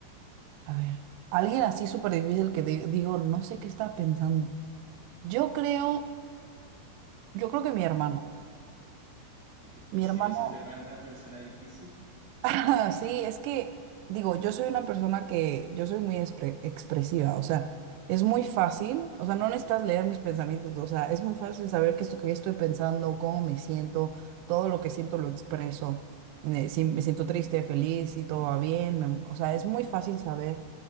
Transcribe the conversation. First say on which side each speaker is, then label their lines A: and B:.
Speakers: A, on the right (about 85°); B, on the right (about 30°).
A: a ver, alguien así súper difícil que di- digo, no sé qué está pensando. Yo creo, yo creo que mi hermano,
B: <laughs> ¿Consideras
A: mi hermano
B: a tu hermano una persona difícil?
A: <laughs> <clears throat> Sí, es que, digo, yo soy una persona que, yo soy muy expre- expresiva, o sea, es muy fácil, o sea, no necesitas leer mis pensamientos, o sea, es muy fácil saber qué es lo que estoy pensando, cómo me siento, todo lo que siento lo expreso, eh, si me siento triste, feliz, si todo va bien, me- o sea, es muy fácil saber,